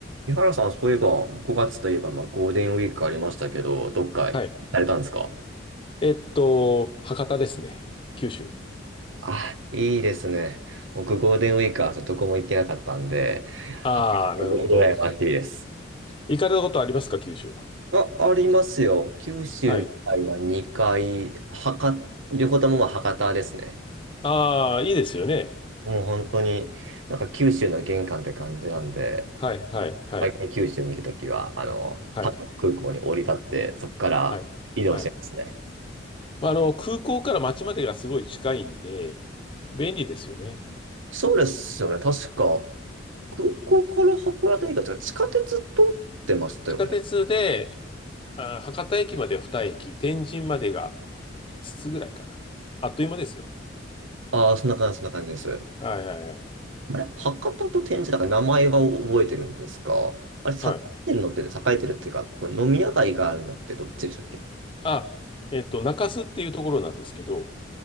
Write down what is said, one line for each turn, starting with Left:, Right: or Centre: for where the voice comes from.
Right: 井原さん、そういえば、5月といえば、まあ、ゴールデンウィークありましたけど、どっか行かれたんですか
Left: はい。えっと、博多ですね。九州。
Right: あ、いいですね。僕、ゴールデンウィークはどこも行けなかったんで、
Left: ああ、
Right: はっぴゃくぐらいましいです。
Left: なるほど。行かれたことありますか、九州は。
Right: あ、ありますよ。九州以外は2回、
Left: はい。
Right: 博、両方ともまあ博多ですね。
Left: ああ、いいですよね。
Right: もう本当に、なんか九州の玄関って感じなんで、
Left: はい、はい、はい、
Right: 毎回九州に行くときは、あの、
Left: はい、
Right: 博多空港に降り立って、そこから移動してますね。
Left: はい、はい。まあの、空港から町までがすごい近いんで、便利ですよね。
Right: そうですよね。確か、空港から函館駅が地下鉄通ってましたよね。
Left: 地下鉄で、あー、博多駅までは2駅、天神までが5つつぐらいかな。あっという間ですよ。
Right: ああ、そんな感じ、そんな感じです。
Left: はい、はい、はい。
Right: あれ、博多と天神だから名前は覚えてるんですかあれ、栄えてるのって、
Left: はい。
Right: 栄えてるっていうか、これ飲み屋街があるのってどっちでしたっけ
Left: あ、えっと、中洲っていうところなんですけど、